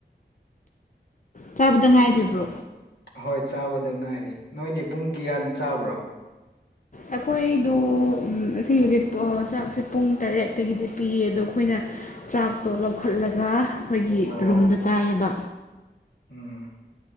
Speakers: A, on the left; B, on the left.
A: ꯆꯥꯕꯗ ꯉꯥꯏꯔꯤꯕ꯭ꯔꯣ
B: ꯍꯣꯏ ꯆꯥꯕꯗ ꯉꯥꯏꯔꯤ ꯅꯣꯏꯗꯤ ꯄꯨꯡ ꯀꯌꯥ ꯆꯥꯕ꯭ꯔꯣ
A: ꯑꯩꯈꯣꯏꯗ ꯁꯤꯕꯗꯤ ꯆꯥꯛꯁꯦ ꯄꯨꯡ ꯇꯔꯦꯠꯇꯒꯤꯗꯤ ꯄꯤꯌꯦ ꯑꯗꯣ ꯑꯩꯈꯣꯏꯅ ꯆꯥꯛꯇꯣ ꯂꯧꯈꯠꯂꯒ ꯑꯩꯈꯣꯏꯒꯤ
B: ꯑꯣ
A: ꯔꯨꯝꯗ ꯆꯥꯏꯌꯦꯕ
B: ꯎꯝ